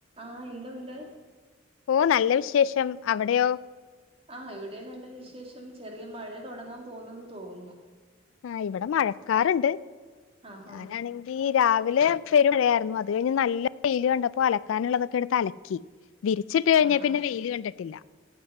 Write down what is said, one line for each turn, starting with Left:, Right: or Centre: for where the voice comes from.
Right: ആ എന്തുണ്ട്
Left: ഓ നല്ല വിശേഷം അവിടെയോ
Right: ആഹ് ഇവിടെം നല്ല വിശേഷം ചെറിയ മഴ തുടങ്ങാ പോന്നുന്ന് തോന്നുന്നു
Left: ആ ഇവിടെ മഴക്കാറ്ണ്ട്
Right: ആഹാ
Left: ഞാനാണെങ്കീ രാവിലെ പെരുമഴയായിരുന്നു അത് കഴിഞ്ഞ് നല്ല വെയില് കണ്ടപ്പോ അലക്കാനുള്ളതൊക്കെ എടുത്ത് അലക്കി വിരിച്ചിട്ട് കഴിഞ്ഞേ
Right: ആഹാ
Left: പിന്നെ വെയിൽ കണ്ടിട്ടില്ല